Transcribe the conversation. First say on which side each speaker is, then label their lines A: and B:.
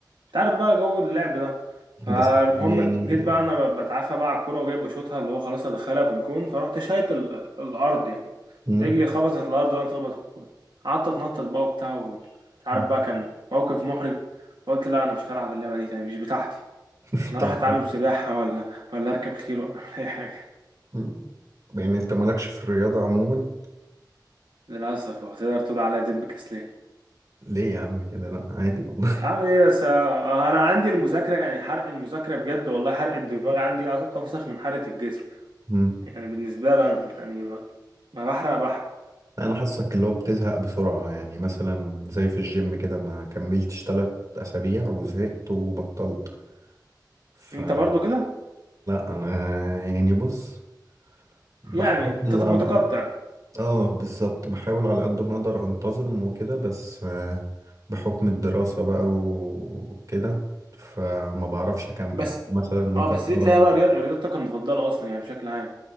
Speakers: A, on the right; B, on the right.
A: انت عارف بقى جو اللعب ده فالمهم
B: بس يعني
A: جيت بقى انا ب- بتعافى بقى على الكوره وجاي بشوطها اللي هو خلاص ادخلها في الجون فرحت شايط ال- الارض يعني
B: مم.
A: رجلي خبطت الارض وانا تخبط الكوره قعدت اتنطط بقى وبتاع ومش عارف
B: مم.
A: بقى كان موقف محرج قلت لا انا مش هلعب اللعبه دي تاني مش بتاعتي
B: <laughs>
A: انا
B: طب
A: راح اتعلم سباحه <laughs> ولا ولا اركب خيل ولا اعمل اي حاجه
B: مم. يعني انت مالكش في الرياضة عموما
A: للاسف أهو، تقدر تقول عليا دب كسلان
B: ليه يا عم كده لا عادي والله
A: اعمل ايه بس آه، انا عندي المذاكره يعني حرق المذاكره بجد والله حرق الدماغ عندي أو- اوسخ من حرق الجسم
B: <laughs> مم.
A: يعني بالنسبة لي أنا يعني ما ما بحرق بحرق
B: لا، انا حاسك اللي هو بتزهق بسرعة يعني مثلا زي في الجيم كده ما كملتش تلات اسابيع وزهقت وبطلت فلا
A: أنت برضو كده
B: انا يعني بص بحاول
A: يعني أنت
B: على
A: متقطع
B: اه بالظبط بحاول على قد ما اقدر انتظم وكده بس آه، بحكم الدراسة بقى وكده فما بعرفش اكمل
A: بس
B: مثلا ممكن
A: أه بس
B: اتمرن
A: دي تلاقيها بقى رياض- رياضتك المفضلة أصلا يعني بشكل عام